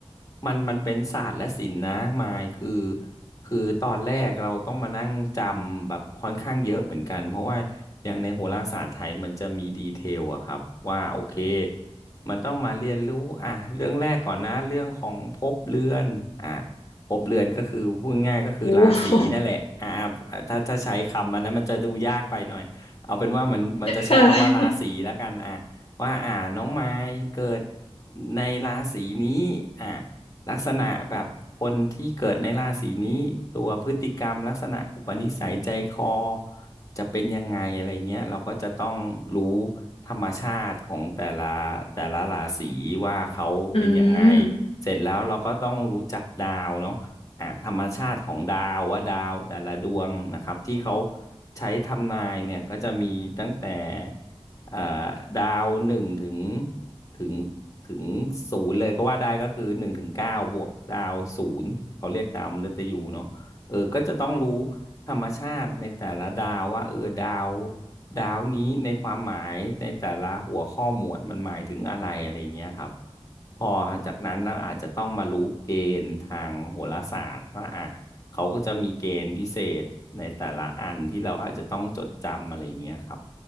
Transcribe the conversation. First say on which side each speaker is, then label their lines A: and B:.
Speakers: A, on the left; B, on the left.
A: มันมันเป็นศาสตร์และศิลป์นะมายคือคือตอนแรกเราต้องมานั่งจำแบบค่อนข้างเยอะเหมือนกันเพราะว่าอย่างในโหราศาสตร์ไทยมันจะมีดีเทลอะครับว่าโอเคมันต้องมาเรียนรู้อ่ะเรื่องแรกก่อนนะเรื่องของภพเรือนอ่ะภพเรือนก็คือพูดง่ายๆก็คือราศีนั่นแหละอ่า
B: โอ้โห
A: ถ้าถ้าใช้คำอันนั้นมันจะดูยากไปหน่อย เอาเป็นว่ามันมันจะใช้คำว่าราศีแล้วกันอ่ะ
B: ค่ะ
A: ว่าอ่าน้องไม้เกิดในราศีนี้อ่ะลักษณะแบบคนที่เกิดในราศีนี้ตัวพฤติกรรมลักษณะอุปนิสัยใจคอจะเป็นยังไงอะไรเงี้ยเราก็จะต้องรู้ธรรมชาติของแต่ละแต่ละราศีว่าเขาเป็นยังไง
B: อืม
A: เสร็จแล้วเราก็ต้องรู้จักดาวเนาะอ่าธรรมชาติของดาวว่าดาวแต่ละดวงนะครับที่เขา ใช้ทำนายเนี่ยก็จะมีตั้งแต่เอ่อดาวหนึ่งถึงถึงถึงศูนย์เลยก็ว่าได้ก็คือหนึ่งถึงเก้าบวกดาวศูนย์เขาเรียกดาวมฤตยูเนาะเออก็จะต้องรู้ธรรมชาติในแต่ละดาวว่าเออดาวดาวนี้ในความหมายในแต่ละหัวข้อหมวดมันหมายถึงอะไรอะไรเงี้ยครับ พอจากนั้นเราอาจจะต้องมารู้เกณฑ์ทางโหราศาสตร์ว่าอ่ะเขาก็จะมีเกณฑ์พิเศษในแต่ละอันที่เราอาจจะต้องจดจำอะไรอย่างเงี้ยครับ